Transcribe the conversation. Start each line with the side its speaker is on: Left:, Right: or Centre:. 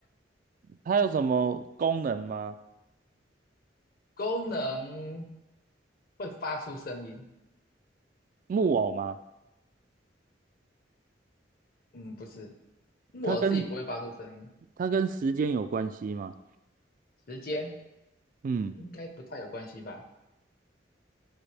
Right: 它有什么功能吗？
Left: <laughs> 功能会发出声音，
Right: 木偶吗？
Left: 嗯，不是。我自己不会发出声音，
Right: 它跟它跟时间有关系吗？
Left: 时间
Right: 嗯，
Left: 应该不太有关系吧？